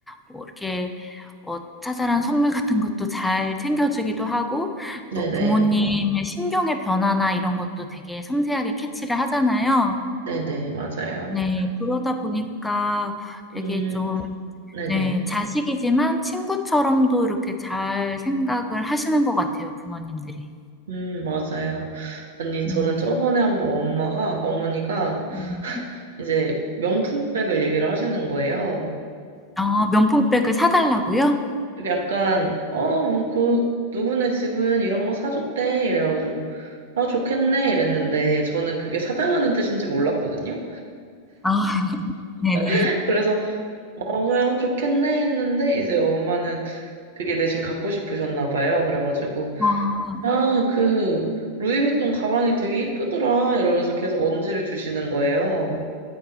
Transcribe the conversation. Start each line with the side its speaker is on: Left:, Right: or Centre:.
Centre: 뭐 이렇게 어, 자잘한 선물 같은 것도 잘 챙겨주기도 하고,
Right: 네네.
Centre: 또 부모님의 신경의 변화나 이런 것도 되게 섬세하게 캐치를 하잖아요.
Right: 네네. 맞아요.
Centre: 네, 그러다 보니까 되게
Right: 음,
Centre: 좀,
Right: 네네.
Centre: 네, 자식이지만 친구처럼도 이렇게 잘 생각을 하시는 것 같아요, 부모님들이.
Right: 음, 맞아요. 아니,
Centre: 네.
Right: 저는 저번에 한번 엄마가, 어머니가
Centre: 음.
Right: 이제 명품백을 얘기를 하시는 거예요.
Centre: 아, 명품백을 사달라고요?
Right: 이게 약간, 어, 뭐, 그, 누구네 집은 이런 거 사줬대. 이래가지고, 아, 좋겠네. 이랬는데, 저는 그게 사달라는 뜻인지 몰랐거든요.
Centre: 아, <laughs> 네네.
Right: <laughs> 그래서, 어, 그래, 좋겠네. 했는데, 이제 엄마는 그게 대신 갖고 싶으셨나 봐요. 그래가지고,
Centre: 아,
Right: 아, 그, 루이비통 가방이 되게 이쁘더라. 이러면서 계속 언지를 주시는 거예요.